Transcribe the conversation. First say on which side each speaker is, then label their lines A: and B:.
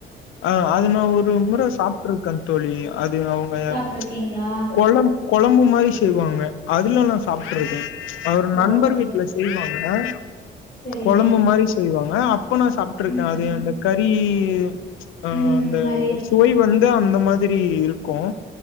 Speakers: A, on the left; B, on the left.
A: ஆ அது நா ஒரு முற சாப்ட்ருக்கந்தோழி அது அவுங்க
B: சாப்ட்ருக்கீங்களா
A: எ ம்ச் கொழம் கொழம்பு மாரி செய்வாங்க அதுலாநா சாப்ட்ருக்கோ அவர்
B: ஓ
A: நண்பர் வீட்ல
B: சரி
A: செய்வாங்க அ
B: சரிங்க
A: கொழம்பு மாரி செய்வாங் அ அப் ப்ப நா சாப்ட்ருக்க
B: ம்
A: அது அந்த கறி உம் ச் ஆ
B: ம்
A: அந்த
B: மாரி இருக்கு
A: சுவை வந்து அந்த மா செரி இருக்கும்